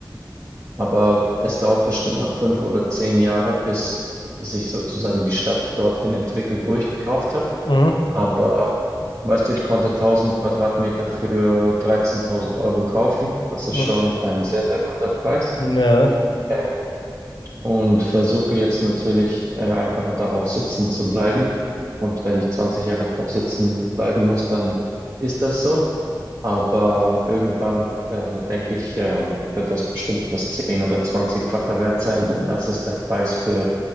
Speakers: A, on the right (about 45°); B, on the left (about 85°).
A: aber es dauert bestimmt noch fünf oder zehn Jahre, bis sich sozusagen die Stadt dorthin entwickelt, wo ich gekauft habe.
B: Mhm.
A: Aber weißt du, ich konnte 1000 Quadratmeter für 13.000 Euro kaufen. Das ist
B: Ja.
A: schon ein sehr, sehr guter Preis.
B: Ne.
A: Ähm, und versuche jetzt natürlich äh, einfach darauf sitzen zu bleiben. Und wenn ich 20 Jahre drauf sitzen bleiben muss, dann ist das so. Aber irgendwann, äh, denke ich, ähm, wird das bestimmt das zehn oder 20-fache wert sein, denn das ist der Preis für